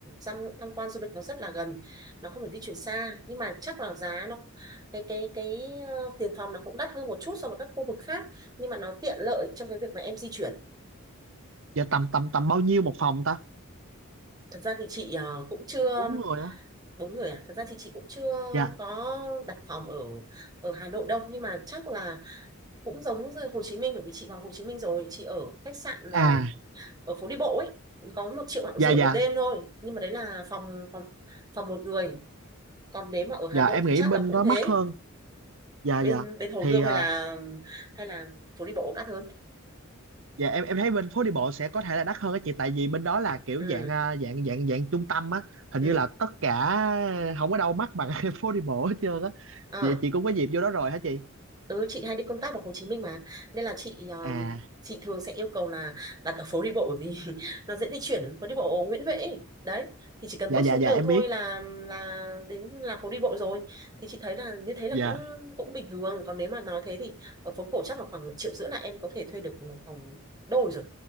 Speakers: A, on the right; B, on the right.
A: tham tham quan du lịch nó rất là gần nó không phải di chuyển xa nhưng mà chắc là giá nó cái cái cái ờ, tiền phòng nó cũng đắt hơn một chút so với các khu vực khác nhưng mà nó tiện lợi trong cái việc mà em di chuyển
B: Dạ tầm tầm tầm bao nhiêu một phòng ta?
A: thật ra thì chị ờ, cũng chưa
B: bốn người á
A: bốn người à? Thật ra thì chị cũng chưa
B: dạ
A: có đặt phòng ở ở Hà Nội đâu nhưng mà chắc là cũng giống như Hồ Chí Minh bởi vì chị vào Hồ Chí Minh rồi chị ở khách sạn ờ,
B: à
A: ở phố đi bộ ấy có một triệu rưỡi
B: dạ
A: rưỡi
B: dạ
A: một đêm thôi nhưng mà đấy là phòng phòng phòng một người còn nếu mà ở Hà
B: dạ
A: Nội
B: em
A: thì
B: nghĩ
A: chắc
B: bên
A: là cũng
B: đó
A: thế
B: mắc hơn dạ
A: bên
B: dạ
A: bên Hồ
B: thì
A: Gươm
B: à,
A: hay là hay là phố đi bộ cũng đắt hơn
B: Dạ em em thấy bên phố đi bộ sẽ có thể là đắt hơn á chị tại vì bên đó là kiểu
A: ừ
B: dạng à, dạng dạng dạng trung tâm á hình
A: ừ
B: như là tất cả không có đâu mắc bằng <laughs> phố đi bộ hết trơn á
A: Ờ.
B: chị chị cũng có dịp vô đó rồi hả chị
A: Ừ, chị hay đi công tác vào Hồ Chí Minh mà nên là chị ờ,
B: à
A: chị thường sẽ yêu cầu là đặt ở phố đi bộ bởi vì <laughs> nó dễ di chuyển phố đi bộ Nguyễn Huệ ấy. Đấy thì chỉ cần
B: dạ
A: bước
B: dạ
A: xuống
B: dạ
A: đường
B: em
A: thôi
B: biết
A: là là đến là phố đi bộ rồi thì chị thấy là như thế là
B: dạ
A: cũng cũng bình thường còn nếu mà nói thế thì ở phố cổ chắc là khoảng một triệu rưỡi là em có thể thuê được một phòng đôi rồi